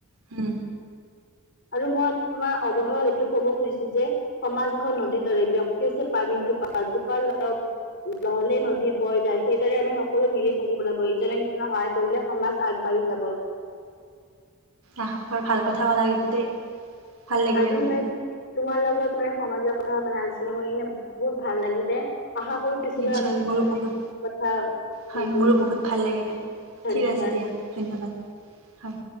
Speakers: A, on the right; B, on the left.
A: হম
B: আৰু মই তোমাৰ অৱহাৰত এইটো কব খুজিছো যে সমাজ এখন নদীৰ দৰে ব্যক্তি হৈছে পানী <unintelligible> নহলে নদী বৈ যায় সেইদৰে আমি সকলো মিলি থাকিব লাগিব ইজনে সিজনক সহায় কৰিলে সমাজ আগবাঢ়ি যাব।
A: আহ বৰ ভাল কথা কলা কিন্তু দেই। ভাল লাগিলে
B: আজি
A: শুনি
B: মানে তোমাৰ লগত মানে সমাজৰ কথা মানে আলোচনা কৰি কিনে বহুত ভাল লাগিলে। আশা কৰো পিছলৈ
A: নিশ্চয়
B: আমি এনেকুৱা
A: মোৰো বহুত
B: কথা <unintelligible>
A: হয় মোৰো বহুত ভাল লাগিলে
B: ধন্যবাদ।
A: ঠিক আছে দিয়া ধন্যবাদ হয়।